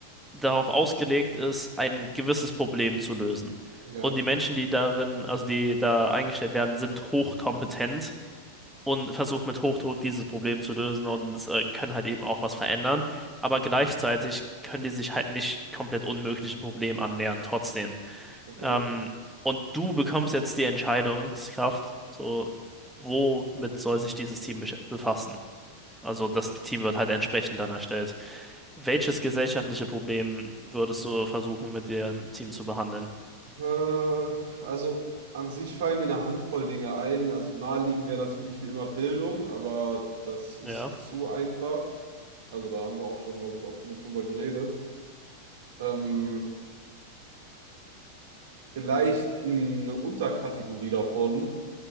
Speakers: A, in the centre; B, on the right.
A: darauf ausgelegt ist, ein gewisses Problem zu lösen.
B: Ja,
A: Und die Menschen, die darin, also die da eingestellt werden, sind hochkompetent und versucht mit Hochdruck dieses Problem zu lösen und äh, können halt eben auch was verändern. Aber gleichzeitig können die sich halt nicht komplett unmöglichen Problemen annähern, trotzdem.
B: okay.
A: Ähm, und du bekommst jetzt die Entscheidungskraft, so, womit soll sich dieses Team besch- befassen? Also das Team wird halt entsprechend dann erstellt. Welches gesellschaftliche Problem würdest du versuchen, mit dem Team zu behandeln?
B: Äh, also an sich fallen mir eine Handvoll Dinge ein. Also naheliegend wäre natürlich wie immer Bildung, aber das ist
A: Ja,
B: zu einfach. Also da haben wir auch schon, glaube ich, oft genug drüber geredet. Ähm, vielleicht eine Unterkategorie davon.